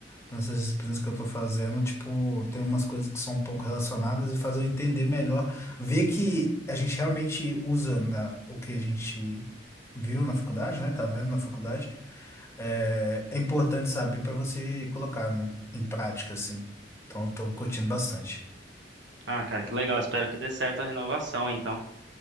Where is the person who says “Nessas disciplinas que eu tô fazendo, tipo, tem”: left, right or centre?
Left